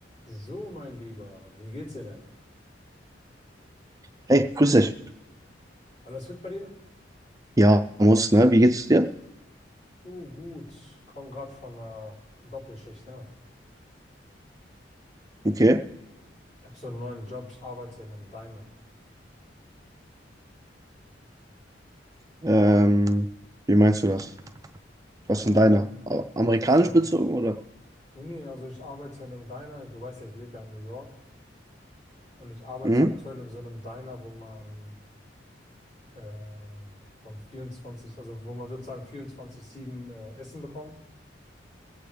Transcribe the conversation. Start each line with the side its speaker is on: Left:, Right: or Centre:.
Left: So, mein Lieber, wie geht's dir denn?
Right: Hey, grüß dich.
Left: Alles fit bei dir?
Right: Ja, muss, ne? Wie geht's dir?
Left: Du, gut. Komm gerade von einer Doppelschicht, ne?
Right: Okay.
Left: Ich habe so einen neuen Job, ich arbeite in einem Diner.
Right: Ähm, wie meinst du das? Was
Left: Ja,
Right: ist denn deiner? A-
Left: das
Right: Amerikanisch
Left: ist so ein.
Right: bezogen, oder?
Left: Nee, nee, also ich arbeite in einem Diner. Du weißt ja, ich lebe ja in New York. Und ich arbeite
Right: Mhm,
Left: aktuell in so einem Diner, wo man ähm, von 24, also wo man sozusagen 24-7 äh, Essen bekommt.